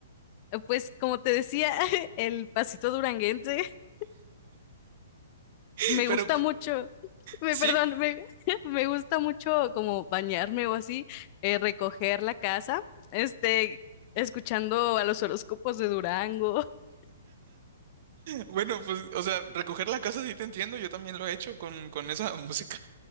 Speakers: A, on the left; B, on the right.
A: Eh, Pues como te decía, <laughs> el Pasito Duranguense <laughs>
B: <laughs>
A: me
B: Pero
A: gusta mucho. Me,
B: sí,
A: perdón, me, <laughs> me gusta mucho como bañarme o así, eh, recoger la casa, este, escuchando a los horóscopos de Durango. <laughs>
B: Bueno, pues, o sea, recoger la casa sí te entiendo, yo también lo he hecho con, con esa <laughs> música